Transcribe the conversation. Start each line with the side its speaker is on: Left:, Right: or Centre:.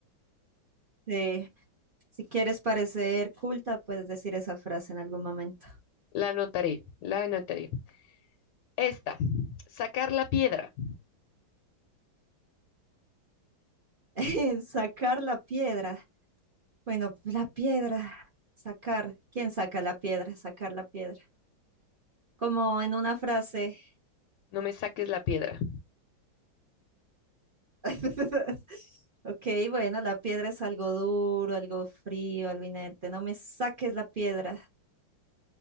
Right: Sí, Si quieres parecer culta, puedes decir esa frase en algún momento.
Left: La anotaré, la anotaré. Esta, sacar la piedra.
Right: <laughs> Sacar la piedra. Bueno, la piedra. Sacar. ¿Quién saca la piedra? Sacar la piedra. como en una frase.
Left: No me saques la piedra.
Right: <laughs> Ok, bueno, la piedra es algo duro, algo frío, algo inerte. No me saques la piedra.